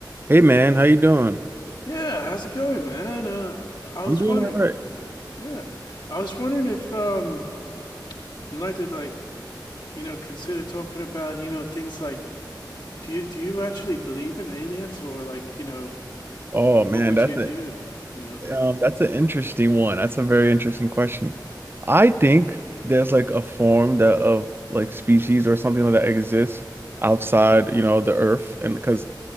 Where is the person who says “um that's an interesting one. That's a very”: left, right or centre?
Right